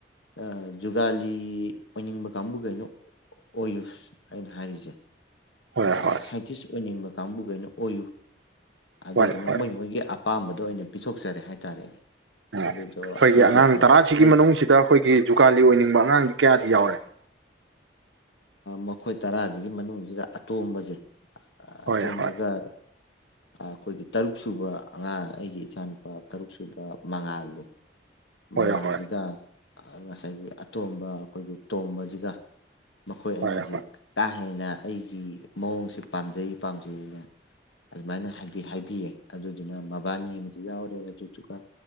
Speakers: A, on the left; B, on the right.
A: ꯑꯥ ꯖꯨꯒꯥꯂꯤ ꯑꯣꯏꯅꯤꯡꯕ ꯀꯥꯡꯕꯨꯈꯩꯅ ꯑꯣꯏꯌꯨ ꯑꯩꯅ ꯍꯥꯏꯔꯤꯁꯦ
B: ꯍꯣꯏ
A: ꯑꯗꯨꯒꯤ
B: ꯍꯣꯏ
A: ꯁꯥꯏꯟꯇꯤꯁ ꯑꯣꯏꯅꯤꯡꯕ ꯀꯥꯡꯕꯨꯈꯩꯅ ꯑꯣꯏꯌꯨ ꯑꯗꯨꯗꯨꯅ
B: ꯍꯣꯏ ꯍꯣꯏ
A: ꯃꯣꯏ ꯃꯣꯏꯒꯤ ꯑꯄꯥꯝꯕꯗꯨ ꯑꯣꯏꯅ ꯄꯤꯊꯣꯛꯆꯔꯦ ꯍꯥꯏꯇꯥꯔꯦꯅꯦ
B: ꯑꯣ ꯑꯩꯈꯣꯏꯒꯤ
A: ꯑꯗꯨꯗꯣ ꯑꯩꯒꯤ
B: ꯑꯉꯥꯡ
A: ꯑꯩ
B: ꯇꯔꯥꯁꯤꯒꯤ ꯃꯅꯨꯡꯁꯤꯗ ꯑꯩꯈꯣꯏꯒꯤ ꯖꯨꯒꯥꯥꯂꯤ ꯑꯣꯏꯅꯤꯡꯕ ꯑꯉꯥꯡꯗꯤ ꯀꯌꯥꯗꯤ ꯌꯥꯎꯔꯦ
A: ꯃꯈꯣꯏ ꯇꯔꯥꯁꯤꯒꯤ ꯃꯅꯨꯡꯁꯤꯗ ꯑꯇꯣꯝꯕꯁꯦ
B: ꯍꯣꯏ
A: ꯑꯇꯣꯝꯕꯒ
B: ꯍꯣꯏ
A: ꯑꯩꯈꯣꯏꯒꯤ ꯇꯔꯨꯛ ꯁꯨꯕ ꯑꯉꯥꯡ ꯑꯩꯒꯤ ꯏꯆꯥꯅꯨꯄꯥ ꯇꯔꯨꯛ ꯁꯨꯕ ꯃꯉꯥꯜꯗꯣ ꯃꯉꯥꯜꯁꯤꯒ
B: ꯍꯣꯏ ꯍꯣꯏ ꯍꯣꯏ
A: ꯉꯁꯥꯏꯒꯤ ꯑꯇꯣꯝꯕ ꯑꯩꯈꯣꯏꯒꯤ ꯇꯣꯝꯕꯁꯤꯒ ꯃꯈꯣꯏ
B: ꯍꯣꯏ
A: ꯑꯅꯤꯁꯦ ꯀꯥ ꯍꯦꯟꯅ ꯑꯩꯒꯤ ꯃꯑꯣꯡꯁꯦ ꯄꯥꯝꯖꯩ ꯄꯥꯝꯖꯩꯅ ꯑꯗꯨꯃꯥꯏꯅ ꯍꯥꯏꯗꯤ ꯍꯥꯏꯕꯤꯌꯦ ꯑꯗꯨꯗꯨꯅ ꯃꯕꯥꯅꯤ ꯑꯃꯗꯤ ꯌꯥꯎꯔꯦ ꯑꯗꯨꯗꯨꯒ